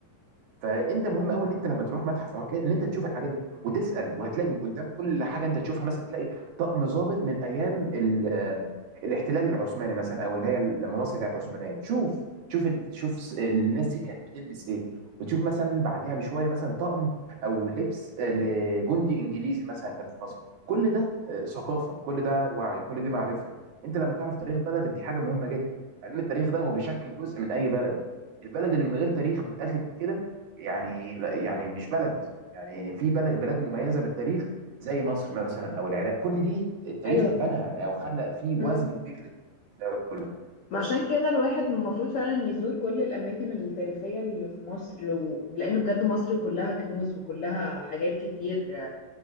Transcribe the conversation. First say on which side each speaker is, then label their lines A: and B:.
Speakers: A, on the right; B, on the left.
A: فانت مهم قوي ان انت لما تروح متحف او كده ان انت تشوف الحاجات دي وتسال وهتلاقي قدام كل حاجه انت تشوفها مثلا تلاقي طقم ضابط من ايام ال- آه، الاحتلال العثماني مثلا او اللي هي لما مصر كانت عثمانيه تشوف تشوف إن- شوف س- الناس دي كانت بتلبس ايه وتشوف مثلا بعديها بشويه مثلا طقم او لبس آه، لجندي انجليزي مثلا كان في مصر كل ده آه، ثقافه كل ده وعي كل دي معرفه انت لما تعرف تاريخ بلدك دي حاجه مهمه جدا لان التاريخ ده هو بيشكل جزء من اي بلد البلد اللي من غير تاريخ من الاخر كده يعني لا- يعني مش بلد يعني في بلد بلاد مميزه بالتاريخ زي مصر مثلا او العراق كل دي التاريخ
B: ايوه
A: اتبنى او خلق فيه وزن
B: امم
A: كبير للدوله
B: ما
A: بس
B: عشان كده الواحد المفروض فعلا يزور كل الأماكن التاريخية اللي في مصر و... لأن بجد مصر كلها كنوز وكلها حاجات كتير